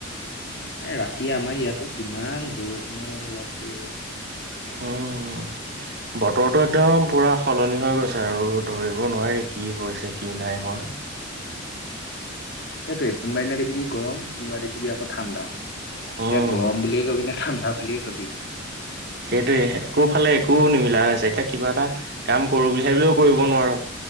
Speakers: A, on the left; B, on the right.
A: এ ৰাতি আমাৰ ইয়াতো কিমান বৰষুণৰ, বাপৰে
B: উম বতৰটো, একদম পূৰা সলনি হৈ গৈছে আৰু ধৰিব নোৱাৰি কি হৈছে? কি নাই হোৱা।
A: সেইটোৱে কোনোবা দিনা দেখিবি গৰম, কোনোবাই দেখিবি আকৌ ঠাণ্ডা, এতিয়া
B: উম।
A: গৰম বুলিয়ে কবি নে? ঠণ্ডা, বুলিএ কবি
B: সেইটোৱে একো ফালে একো নিমিলা হৈ আছে। এতিয়া কিবা এটা কাম কৰোঁ বুলি ভাবিলেও কৰিব নোৱাৰোঁ।